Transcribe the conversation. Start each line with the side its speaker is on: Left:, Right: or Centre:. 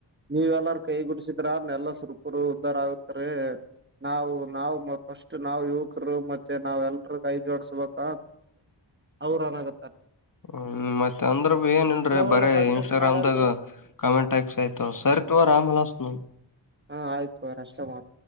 Right: ನೀವ ಎಲ್ಲಾರ ಕೈ ಗುಡಸಿದ ಇದ್ರ ಎಲ್ಲ ಸುರ್ಪರು ಉದ್ಧಾರ ಆಗ್ತಾರೆ ನಾವು ನಾವು ಮ ಫಸ್ಟ್ ನಾವ್ ಯುವಕರು ಮತ್ತೆ ನಾವ್ ಎಲ್ರ ಕೈ ಜೋಡಸ್ಬೇಕ ಅವ್್ರನ್ಾಗತ್ತಾರ
Left: ಹ್ಮ್ ಮತ್ತೆ ಅಂದ್ರ ಏನನ್ರೀ ಬರ
Right: ಒಳ್ಳೆ ಕಂಟೆಂಟ್
Left: ಇನ್ಸ್ಟಾಗ್ರಾಮ್
Right: ಮಾಡೋರ್ಗೆ
Left: ದಾಗ ಕಮೆಂಟ್ ಹಾಕ್ಸಾಯಯ್ತವ ಸರಿ ತೋರ್ ಅಂಗಅನುಸ್ತುಡ್
Right: ಹಾ ಆಯ್ತು ಅವಾರಷ್ಟ ಮಾಡ